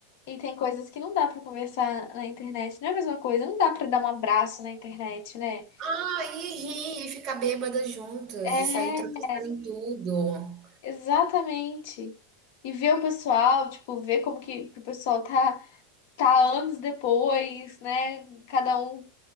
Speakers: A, on the left (about 55°); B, on the right (about 35°).
A: E tem coisas que não dá para conversar na internet, não é a mesma coisa, não dá para dar um abraço na internet, né?
B: Ah, e rir, e ficar bêbada juntas,
A: É,
B: e sair tropeçando em tudo.
A: exatamente. E ver o pessoal, tipo, ver como que, que o pessoal tá tá anos depois, né? Cada um